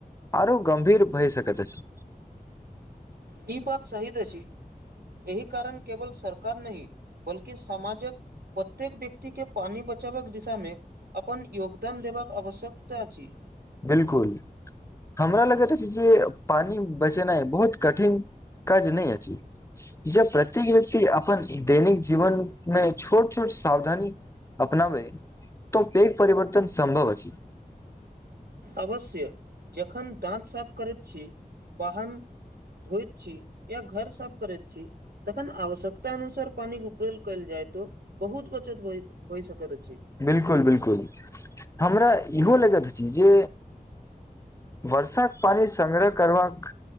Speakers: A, on the left; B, on the right.
A: आरो गम्भीर भए सकैत अछि
B: ईी बात सही असी एहि कारण केवल सरकार नहि बल्कि सामाजक प्रत्येक व्यक्ति के पानी बचावै के दिशा में अपन योगदान देबाक आवश्यकता अछि
A: बिल्कुल हमरा लगैत अछि जे पानी बचेनाए बहुत कठिन काज नहि अछि जब प्रत्येक व्यक्ति अपन दैनिक जीवन मे छोट छोट सावधानी अपनाव त पेघ परिवर्तन संभव ह अछि
B: अवश्य जखन दाँत साफ करैत छी बहन धोइत छी या घर साफ करैत छी तखन आवश्यकता अनुसार पानिक के उपयोग कयल जाय तो बहुत बचत भ भए सकैत अछि
A: बिल्कुल बिल्कुल हमरा इहो लगैत अछि जे वर्षाक पान संग्रह करवाक